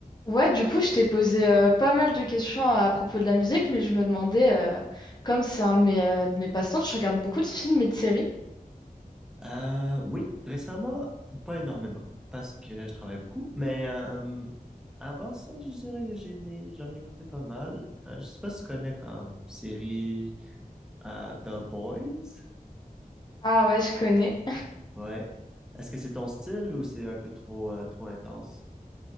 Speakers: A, on the left; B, in the centre.
A: Ouais, du coup, je t'ai posé euh, pas mal de questions à, à propos de la musique, mais je me demandais, euh, comme c'est un de mes, euh, de mes passe-temps, je regarde beaucoup de films et de séries.
B: Euh, oui, récemment, pas énormément, parce que je travaille beaucoup, mais euh, avant ça, je dirais que j'en ai, j'en ai écouté pas mal. Euh, je sais pas si tu connais comme série euh, The Boys.
A: Ah ouais, je connais.
B: Ouais. Est-ce que c'est ton style ou c'est un peu trop, euh, trop intense?